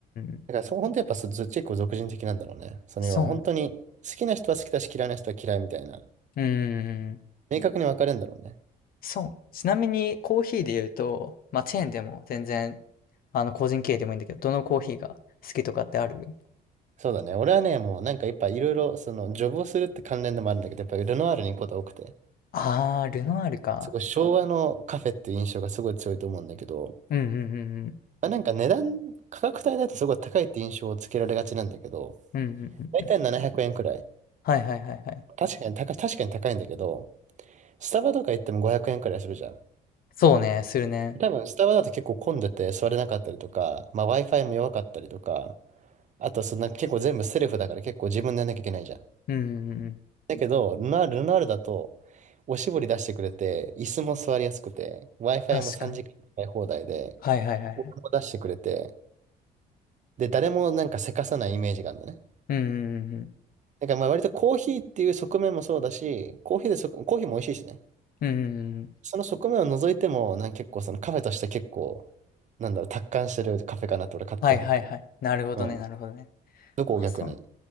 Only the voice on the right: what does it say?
だからそう、本当やっぱそ、ず結構俗人的なんだろうね。その要は本当に好きな人は好きだし嫌いな人は嫌いみたいな。
明確に分かれるんだろうね。
そうだね。俺はね、もうなんかやっぱいろいろ、その、ジョブをするって関連でもあるんだけど、やっぱルノアールに行くことが多くて、
すごい昭和のカフェっていう印象がすごい強いと思うんだけど、
まあ、なんか値段、価格帯だとすごい高いって印象をつけられがちなんだけど、
だいたい700円くえんくらい。
確かに高い、確かに高いんだけど、スタバとか行っても500円くえんくらいするじゃん。
多分、スタバだと結構混んでて座れなかったりとか、まあ、Wi-Fi も弱かったりとか、あとそんな結構全部セルフだから結構自分でやんなきゃいけないじゃん。
だけど、ルナール、ルナールだと、おしぼり出してくれて、椅子も座りやすくて、Wi-Fi
も3時間使い放題で、
お湯も出してくれて、で、誰もなんかせかさないイメージがあるんだね。
だからまあ割とコーヒーっていう側面もそうだし、コーヒーでそ、コーヒーも美味しいしね。
その側面を除いても、なんか結構そのカフェとして結構、なんだろう、達観してるカフェかなと俺勝手に思ってる。
うん。
どこを逆に。